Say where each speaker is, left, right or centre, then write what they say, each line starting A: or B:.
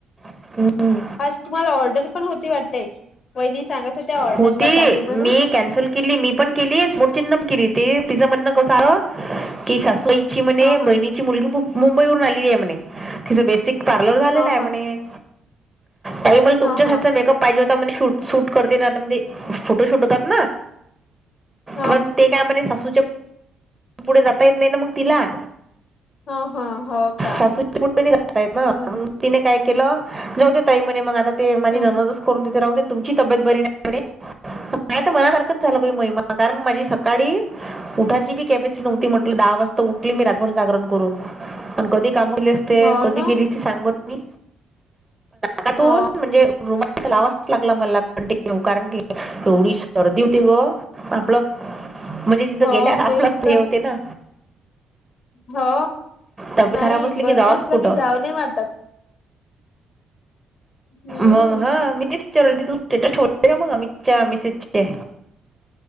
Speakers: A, on the right; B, on the left.
A: तर
B: आज तुम्हाला ऑर्डर पण होती वाटते वहिणी सांगात हो त्या ऑर्डरला
A: होती
B: चालली म्हणून
A: मी कॅन्सल केली मी पण केली सोडचिन्हण केली ते तिं म्हणण कस की सासूई ची म्हणे
B: ह ह
A: बहिणीची मुलगी मुंबई वून आलेली आहे म्हणे तिच बेसिक पार्लर झालेला
B: ह
A: आहे म्हणे ताई मल तुमच्याच
B: ह ह ह
A: हातचा मेकअप पाहिजे होता म्हणे शूट करते ना फोटो शटत
B: ह
A: पण ते काय म्ह सू पुढे जाता येत नाही ना मग तिला
B: ह ह ह हो का
A: सासू कुठ जातयेत ना
B: हम्म
A: तिने काय केलं ने्ह दे ताई म्हणे मग आता ते माझी
B: हम्म
A: नमदच करून देत राह तुमची तब्येत बरी नाहीणे नाही मणासारखच झालं महिमा कारण माझी सकाळी उठाचीी कप नव्हती म्हट दहा वाजता उठली मी रातभर जागरण करून पण कधी कामली असते
B: हो
A: कधी
B: ना
A: गेली त सांग म पातून
B: हो
A: म्हणजे रुमा लावा लागला मला पण ते कारण की एवढी सर्दी होती ग आपलं म्हणजे तिथं
B: हो
A: गेल्यार आपलाच
B: तेच
A: ध्येय
B: तर
A: होते ना
B: हो
A: तब्येत
B: नाही
A: खराब असली
B: बरं
A: की जावंच
B: नसलं
A: कुठं
B: की जाव नाही वाटत हम्म
A: मग हा मी ते चरलते तू तर छोट का मगा मिच्या मी सचे.